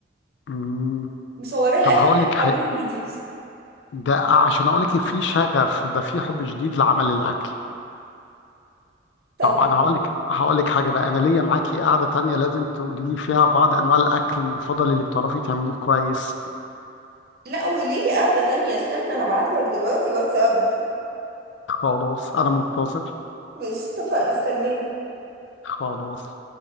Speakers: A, on the left (about 75°); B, on the right (about 55°).
A: مم،
B: مصورة الاكل
A: طب هقول
B: اللي
A: لك
B: انا بعمله فيديوز
A: ده عشان اقول لك ان في شغف ده في حب شديد لعمل الاكل
B: طب
A: طب انا هقول لك هقول لك حاجه بقى انا ليا معاكي قاعده تانية لازم تقولي لي فيها بعض انواع الاكل المفضل اللي بتعرفي تعمليه كويس
B: لا وليه قاعدة تانية استنى هبعتلك دلوقتي واتساب
A: خلاص انا منتظر
B: مش اتفقنا استناني
A: خلاص